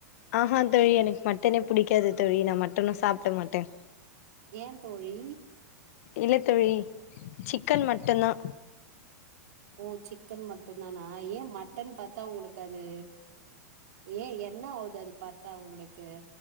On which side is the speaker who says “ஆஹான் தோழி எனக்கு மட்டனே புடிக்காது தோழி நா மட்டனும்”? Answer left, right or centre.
Left